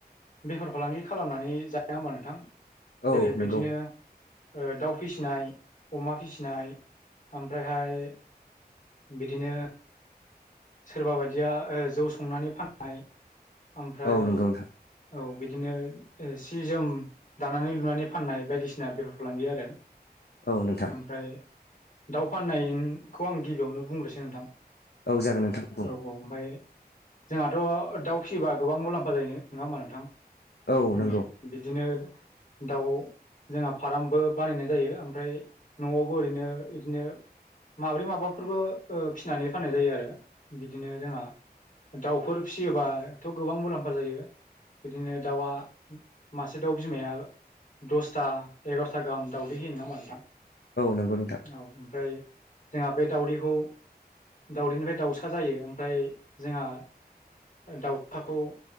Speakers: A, on the left; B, on the left.
A: बेफार फालांगि खालामनानै जाया होमबा नोंथां? जेरै
B: औ
A: बिदिनो
B: नंगौ
A: ओ दाउ फिसिनाय अमा फिसिनाय ओमफ्रायहाय बिदिनो सोरबा बायदिया ओ जौ संनानै फाननाय ओमफ्राय
B: औ नंगौ
A: औ
B: नोंथां
A: बिदिनो सि जोम दानानै लुनानै फाननाय बायदिसिना बेफार फालांगि आरो।
B: औ नोंथां
A: ओमफ्राय दाउ फाननायखौ आं गिबियावनो बुंग्रोसै नोंथां।
B: औ जागोन नोंथां
A: औ
B: बुं
A: - औ ओमफाय जोंहाथ' दाउ फिसियोबा गोबां मुलाम्फा जायो नङा होमबा नोंथां?
B: औ नंगौ
A: ओम बिदिनो दाउआव जोंहा फार्मबो बानायनाय जायो ओमफ्राय न'आवबो ओरैनो बिदिनो माब्रै माबाफोरबो ओ फिनानै फाननाय जायो आरो बिदिनो जोंहा दाउफोर फिसियोबाथ' गोबां मुलाम्फा जायो। बिदिनो दाउआ मासे दाउ बिमाया दसथा एगार'था गाहाम दावदै होयो नङा होमबा नोंथां? औ
B: नंगौ नोंथां
A: ओमफ्राय जोंहा बे दाउदैखौ दाउदैनिफ्राय दाउसा सा जायो ओमफ्राय जोंहा दाउसाखौ